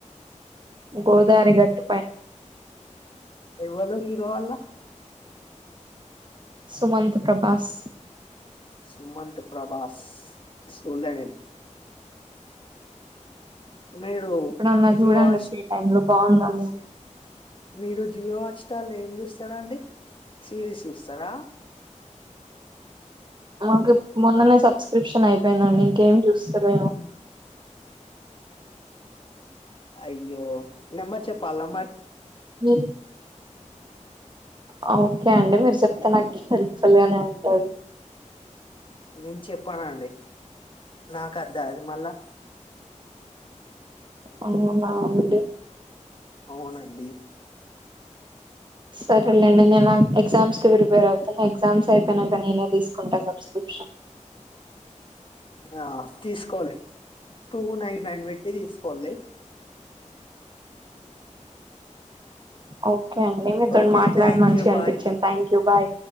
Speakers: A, on the right (about 35°); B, on the left (about 40°).
A: గోదారిఘట్టు
B: ఎవ్వలు హీరో వాల్ళ
A: సుమంత్ ప్రభాస్
B: సుమంత్ ప్రభాస్ సూల్య నేన్ మీరు
A: ఎప్పుడన్నా జూడండి
B: జియో హాట్
A: ఫ్రీ టైం లో బాంద ఆ మూవీ
B: మీరు జియో హాట్ స్టార్ లో ఏం చూస్తారా అండి సిరీస్ చూస్తారా
A: మాకి మొన్ననే సబ్స్క్రిప్షన్ అయిపోయిందండి ఇంకేమ్ చూస్తలేను
B: అయ్యో నెంబర్ చెప్పాల మరి
A: మీరు ఆ ఓకే అండి మీరు చొప్తే నాకు హెల్ప్ఫుల్ గానే ఉంటాది
B: నేన్ చెప్పనండి నాకద్ద అది మళ్ళా
A: అవనా అండి
B: అవునండి
A: సరేలేండి నేను ఎగ్జామ్స్ కి ప్రిపేర్ అవుతున్నా ఎగ్జామ్స్ అయి కనక నేనే తీసుకుంటా సబ్స్క్రిప్షన్
B: ఆ తీసుకోవాలి టూ నైన్ నైన్ పెట్టి తీసుకోండి
A: ఓకే అండి మీతోన్
B: ఓకే
A: మాట్లాడి
B: థ్యాంక్
A: మంచిగా
B: యూ
A: అనిపించింది
B: బాయ్
A: థ్యాంక్ యూ బాయ్